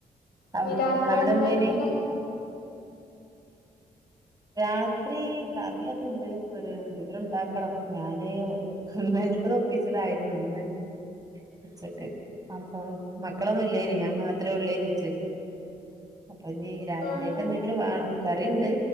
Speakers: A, on the right (about 25°); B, on the left (about 85°).
A: അവി
B: ഇനി രാത്രി
A: അവിടെ
B: അതിനായിക്കില്ല
A: എന്തേന് രാത്രി കറി <unintelligible> ഒരു എന്തെങ്കിലും ഉണ്ടാക്കണം ഞാന് ന്നലത്ത് തൊപ്പിച്ചതായിരുന്നു ഒന്ന് ഉച്ചക്ക് അപ്പൊ മക്കളൊന്നുമല്ലേന ഞാൻ മാത്രേ ഉള്ളേനി ഉച്ചക്ക് അപ്പൊ ഇന്നീ രാത്രിയക്ക്
B: ആഹ് ആഹ്
A: എന്തെങ്കിലും വേണം കറിയുണ്ട്